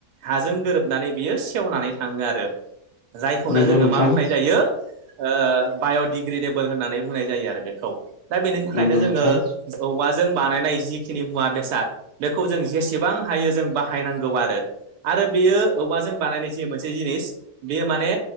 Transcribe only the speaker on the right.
हाजों गोरोबनानै बियो सेवनानै थाङो आरो जायखौनो
जोङो
मा बुंनाय जायो? ओ बाय'डिग्रेदेबोल होननानै बुंनाय जायो आरो बेखौ दा बेनि थाखायनो
जोङो औवाजों बानायनाय जिखिनि मुवा बेसाद बेखौ जों जेसेबां हायो जों बाहायनांगौ आरो। आरो बेयो औवाजों बानायनाय जि मोनसे जिनिस बेयो माने